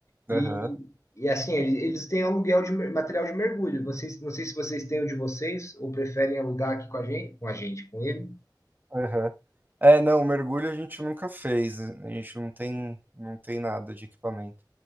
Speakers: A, on the left; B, on the right.
A: E,
B: Aham.
A: e assim, eles, eles têm aluguel de mer- material de mergulho. Vocês, não sei se vocês têm o de vocês ou preferem alugar aqui com a gente, com a gente, com ele.
B: Aham. É, não, mergulho a gente nunca fez. A gente não tem, não tem nada de equipamento.